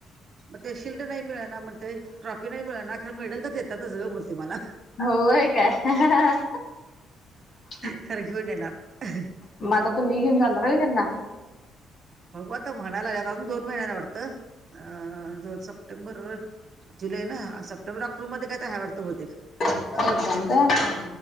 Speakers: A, on the right (about 30°); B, on the left (about 35°).
A: मग ते शिल्ड नाही मिळणार मग ते ट्रॉफी नाही मिळणार खर मेडल तरच देतातच ग मग ते मला.
B: होय काय <unintelligible>
A: खरं घेऊन येणार
B: मग आता तुम्ही घेऊन जाणार का त्यांना
A: बघू आता म्हणायला अजून दोन महिन्याना वाटतं अ दोन सप्टेंबर जुलै ना सप्टेंबर ऑक्टोबर मध्ये काहीतरी आहे बहुतेक.
B: एक घणता <unintelligible>